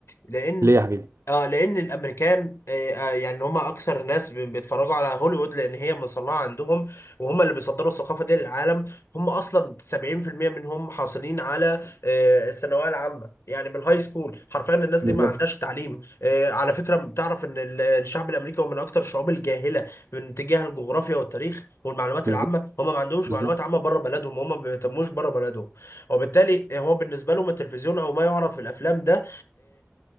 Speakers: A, on the left; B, on the right.
A: لان
B: ليه يا حبيبي
A: اه لان الامريكان آه، آه، يعني هم اكثر ناس بي- بيتفرجوا على هوليوود لان هي مصنعه عندهم وهم اللي بيصدروا الثقافه دي للعالم هم اصلا 70% منهم حاصلين على آه، الثانويه العامه يعني من الهاي سكول حرفيا الناس
B: بالظبط
A: دي ما عندهاش تعليم آه، على فكره بتعرف ان ال- الشعب الامريكي هو من اكثر الشعوب الجاهله من تجاه الجغرافيا والتاريخ والمعلومات
B: بالظبط
A: العامه هم ما عندهمش
B: بالظبط
A: معلومات عامه بره بلدهم هم ما بيهتموش بره بلدهم وبالتالي هو بالنسبه لهم التلفزيون او ما يعرض في الافلام ده